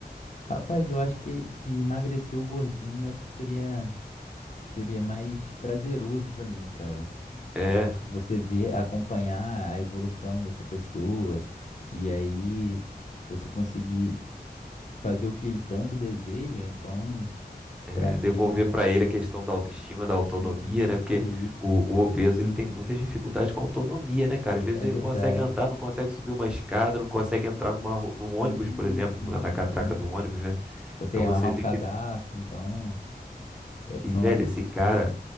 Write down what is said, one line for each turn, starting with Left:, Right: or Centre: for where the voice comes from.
Left: Rapaz, eu acho que, que emagrecer o gordinho, eu acho que seria, seria mais prazeroso pra mim, cara.
Centre: é
Left: É, Você vê acompanhar a evolução dessa pessoa e aí você conseguir fazer o que ele tanto deseja, então,
Centre: é,
Left: pra mim
Centre: devolver
Left: é um...
Centre: para ele a questão da autoestima, da autonomia,
Left: Isso
Centre: né? Porque
Left: aí,
Centre: o, o obeso ele tem muitas dificuldades com autonomia, né, cara? Às vezes
Left: é
Centre: ele
Left: verdade.
Centre: não consegue andar, não consegue subir uma escada, não consegue entrar numa, ru- num ônibus,
Left: Sim,
Centre: por exemplo,
Left: sim,
Centre: no- na catraca
Left: sim.
Centre: do ônibus, né?
Left: Consegue
Centre: Então você
Left: amarrar um
Centre: vê
Left: cadastro,
Centre: que
Left: então é, são
Centre: e, velho,
Left: essas
Centre: esse cara,
Left: coisas